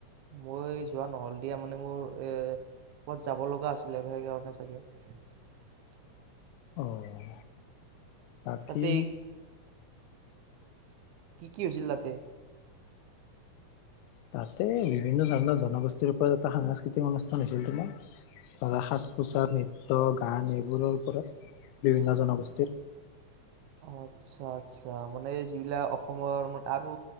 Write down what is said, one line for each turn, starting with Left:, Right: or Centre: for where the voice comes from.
Right: মই যোৱা নহল দিয়া মানে মোৰ এ কত যাব লগা আছিলে সেই কাৰণে চাগে <unintelligible>
Left: অহ বাকী
Right: তাতে কি কি হৈছিল তাতে
Left: তাতে বিভিন্ন ধৰণৰ জনগোষ্ঠীৰ ওপৰত এটা সাংস্কৃতিক অনুষ্ঠান হৈছিল তোমাৰ। ধৰা সাজ- পোছাক নৃত্য -গান এইবোৰৰ ওপৰত বিভিন্ন জনগোষ্ঠীৰ
Right: আচ্ছা আচ্ছা মানে যিবিলাক অসমৰ মানে আৰু